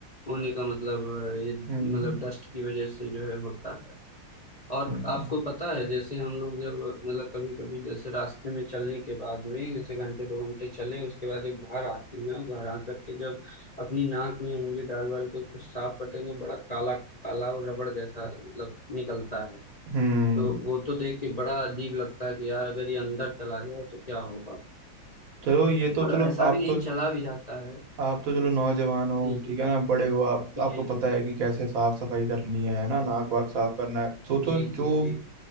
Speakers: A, on the left; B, on the right.
A: होने का मतलब अ, ये मतलब
B: हम्म
A: डस्ट की वजह से जो है होता है और
B: हम्म
A: आपको पता है जैसे हम लोग जब मतलब कभी कभी जैसे रास्ते में चलने के बाद में जैसे घंटे दो घंटे चले उसके बाद एक घर आते हैं और घर आकर के जब अपनी नाक में उंगली डाल वाल के कुछ साफ करते हैं तो बड़ा काला काला और रबड़ जैसा मतलब निकलता है
B: हम्म
A: तो वो तो देख के बड़ा अजीब लगता है कि यार अगर ये अंदर चला जाए तो क्या होगा
B: चलो ये तो
A: और
B: चलो
A: ऐसा
B: आप
A: भी नहीं
B: तो
A: चला भी जाता है
B: आप तो चलो नौजवान हो
A: जी
B: ठीक
A: जी
B: है ना बड़े हो आप आपको
A: जी
B: पता
A: जी
B: है कि कैसे साफ सफाई करनी है है ना नाक वाक साफ करना है सोचो
A: जी
B: जो
A: जी जी